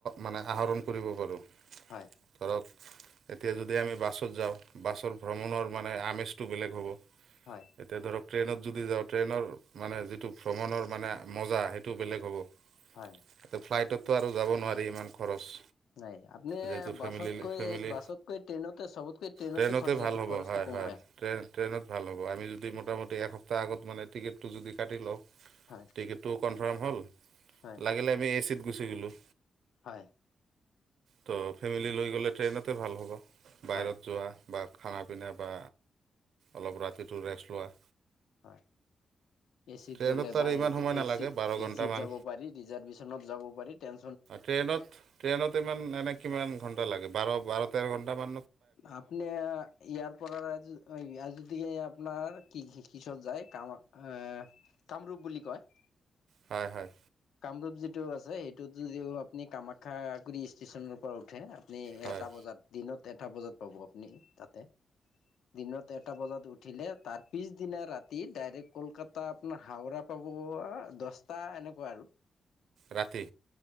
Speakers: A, on the right (about 75°); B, on the left (about 85°).
A: মানে আহৰণ কৰিব পাৰোঁ।
B: হয়
A: ধৰক এতিয়া য যদি আমি বাছত যাওঁ বাছৰ ভ্ৰমণৰ মানে আমেজটো বেলেগ হ'ব,
B: হয়
A: এতিয়া ধৰক ট্ৰেইনত যদি যাওঁ ট্ৰেইনৰ মানে যিটো ভ্ৰমণৰ মানে মজা সেইটো বেলেগ হ'ব।
B: হয়
A: ফ্লাইটতটো আৰু যাব নোৱাৰি ইমান খৰচ।
B: নাই আপুনি
A: যিহেতু ফেমিলি
B: বাছতকৈ
A: ফেমিলি
B: বাছতকৈ ট্ৰেইনতে চবতকৈ
A: ট্ৰেইনতে
B: খৰচাটো
A: ভাল হ'ব।
B: খৰচটো
A: হয়
B: কম
A: হয়। ট্ৰেইনত ভাল হ'ব আমি যদি মোটামুটি এসপ্তাহ আগত মান টিকেটটো যদি কাটি লওঁ,
B: হয়
A: টিকেটটোও কনফাৰ্ম হ'ল,
B: হয়
A: লাগিলে আমি এচিত গুচি গ'লোঁ।
B: হয়।
A: ত' ফেমিলি লৈ গ'লে ট্ৰেইনতে ভাল হ'ব বাহিৰত
B: হয়
A: যোৱা। বা খানা পিনা বা অলপ ৰাতিটো ৰেষ্ট লোৱা।
B: হয়। এচিত
A: ট্ৰেইনত
B: গ'লে বা
A: আৰু ইমান
B: এ-এচিত
A: সময় নালাগে বাৰ ঘণ্টামান।
B: যাব পাৰি, ৰিজাৰভেচনত যাব পাৰি টেন
A: ট্ৰেইনত ট্ৰেইনত ইমান এনে কিমান ঘণ্টা লাগে? বাৰ বাৰ তেৰ ঘণ্টা মান।
B: আপনি ইয়াৰ পৰা ইয়াত যদি গতিকে আপোনাৰ কি-কিছত যায়, কাম আহ, কামৰূপ বুলি কয়।
A: হয় হয়।
B: কামৰূপ যিটো আছে সেইটোত যদি আপুনি কামাখ্যাগুৰি ষ্টেচনৰপৰা উঠে আপনি
A: হয়।
B: এটা বজাত দিনত এটা বজাত পাব আপুনি তাতে। দিনত এটা বজাত উঠিলে তাৰ পিছদিনা ৰাতি ডাইৰেক্ট কলকাতা আপোনাৰ হাওৰা পা ক'ব, দহটা এনেকুৱা আৰু।
A: ৰাতি